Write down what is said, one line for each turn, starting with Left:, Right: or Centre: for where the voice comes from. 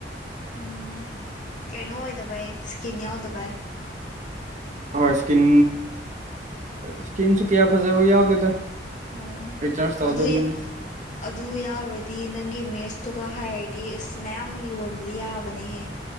Left: ꯎꯝ ꯀꯩꯅꯣ ꯑꯣꯏꯗꯕꯩ ꯏꯁꯀꯤꯟ ꯌꯥꯎꯗꯕꯩ
Right: ꯍꯣꯏ ꯏꯁꯀꯤꯟ ꯏꯁꯀꯤꯟꯁꯨ ꯀꯌꯥ ꯐꯖꯕ ꯌꯥꯎꯗꯦꯗ
Left: ꯎꯝ
Right: ꯔꯤꯆꯥꯔꯖ ꯇꯧꯗꯕꯅꯤꯅ
Left: ꯑꯗꯨ ꯑꯗꯨ ꯌꯥꯔꯣꯏꯗꯤ ꯅꯪꯒꯤ ꯃꯦꯁ ꯑꯗꯨꯒ ꯍꯥꯏꯔꯗꯤ ꯑꯁ ꯃꯌꯥꯝꯒꯤ ꯌꯣꯟꯕꯗꯤ ꯌꯥꯕꯅꯦꯍꯦ